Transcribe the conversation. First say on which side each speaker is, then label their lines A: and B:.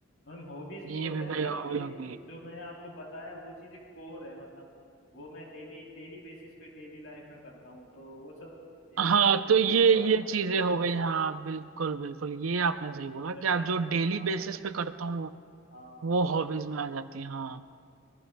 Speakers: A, on the left; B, on the right.
A: मतलब हॉबीज बहुत
B: ये भी
A: हैं
B: भाई
A: बट
B: हॉबी
A: ये
B: हो
A: है कि
B: गई
A: जो मैंने आपको बताया वो चीजें कोर है मतलब वो मैं डेली डेली बेसिस पे डेली लाइफ में करता हूँ तो वो सब एक
B: हाँ
A: मतलब
B: तो
A: हॉबी
B: ये
A: का पार्ट
B: ये
A: हो
B: चीजें हो गई हाँ बिल्कुल बिल्कुल ये आपने सही बोला
A: जैसे
B: कि आप
A: आपने
B: जो
A: बोला
B: डेली बेसिस पे करता हूँ
A: हाँ
B: वो हॉबीज में आ जाती है हाँ